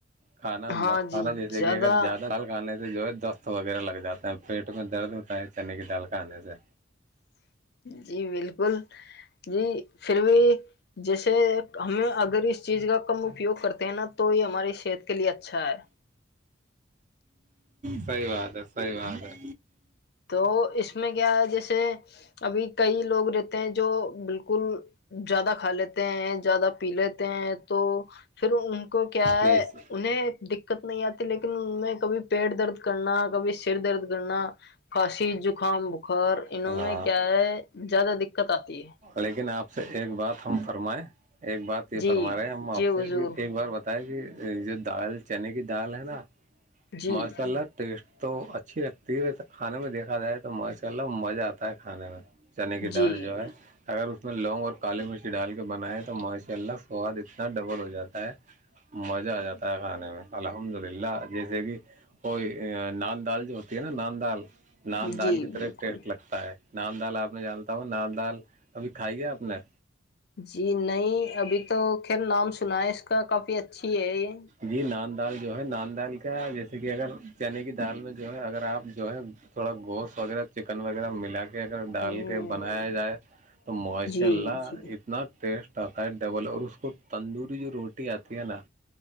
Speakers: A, on the right; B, on the left.
A: کھانا
B: ہاں
A: مت کھانا
B: جی
A: جیسے
B: زیادہ
A: کہ اگر زیادہال کھانے سے جو ہے دست وغیرہ لگ جاتا ہے پیٹ میں درد ہوتا ہے چنے کی دال کا آنے سے ا
B: جی بالکل جی پھر بھی جیسے ہمیں اگر اس چیز کا کم اپیوگ کرتے ہیں نا تو یہ ہماری صحت کے لیے اچھا ہے
A: سی بات ہے سی بات ہے
B: تو اس میں کیا ہے جیسے ابھی کئی لوگ رہتے ہیں جو بالک بالکل زیادہ کھا لیتے ہیں زیادہ پی لیتے ہیں تو پھر ان کو کیا
A: بیس
B: ہے انہیں دقت نہیں آتی لیکن ان میں کبھی پیٹ درد کرنا کبھی سر درد کرنا خاسی جو زکام بخار انہوں
A: ہاں
B: نے میں کیا ہے زیادہ دقت آتی ہے
A: لیکن آپ سے ایک بات ہم فرمائیں ایک بات یہ
B: جی
A: فرما رہے ہیں ہم آپ
B: جی حضور
A: سے کہ ایک بار بتائے کہ جو دال چنے کی دال ہے نا
B: جی
A: ماشاء اللہ ٹیسٹ تو اچھی لگتی ہے ویسے کھانے میں دیکھا جائے تو ماشاء اللہ مزہ آتا ہے کھانے میں چنے کی
B: جی
A: دال جو ہے اگر اس میں لونگ اور کالی مرچی ڈال کے بنائے تو ماشاء اللہ سواد اتنا ڈبل ہو جاتا ہے مزہ آ جاتا ہے کھانے میں الحمد للہ جیسے کی کوئی نان دال جو ہوتی ہے نا نان دال نان دال
B: جی
A: کی طرح
B: بالکل
A: ٹیسٹ لگتا ہے نان دال آپ نے جانتا ہوں نان دال کبھی کھائی ہے آپ نے
B: جی نہیں ابھی تو خیر نام سنا ہے اس کا کافی اچھی ہے یہ
A: جی نان دال جو ہے نان دال کیا ہے جیسے کہ اگر چنے کی دال میں جو ہے اگر آپ جو ہے تھوڑا گوشت وغیرہ چکن وغیرہ ملا کے اگر ڈال
B: ہ
A: کے بنایا جائے تو ماشاء
B: جی
A: اللہ
B: جی
A: اتنا ٹیسٹ ڈبل اور اس کو تندوری جو روٹی آتی ہے نا